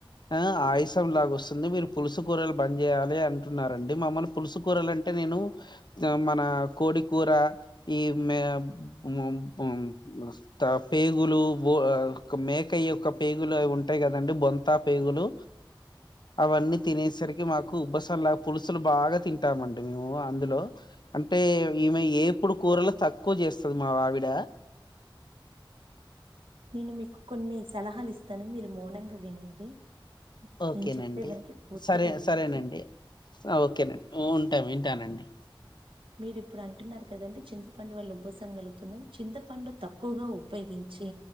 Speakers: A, on the left; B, on the right.
A: ఆ ఆయసం లాగ వస్తుంది మీరు పులుసు కూరలు బంద్ చేయ్యాలి అంటున్నారండి మమ్మల్ని పులుసు కూరలు అంటే నేను మన కోడి కూర ఈ మే ము ఆ మత్త పేగులు ఓ మేక యొక్క పేగులవి ఉంటాయి కదండి బొంతా పేగులు అవన్నీ తినేసరికి మాకు ఉబ్బసంలా పులుసులు బాగా తింటామండి మేము అందులో అంటే ఈమె ఏప్పుడు కూరలు తక్కువ చేస్తది మా ఆవిడ
B: నేను మీకు కొన్ని సలహాలు ఇస్తాను మీరు మౌనంగా వినండి
A: ఓకేనండి
B: నేను చెప్పే వరకి పూర్తిగా
A: సరే
B: వినండి.
A: సరేనండి ఆ ఓకేనండి ఉంటాం ఉంటానండి
B: మీరు ఇప్పుడు అంటున్నారు కదండి చింతపండు వల్ల ఉబసం కలుగుతుందని చింతపండు తక్కువగా ఉపయోగించి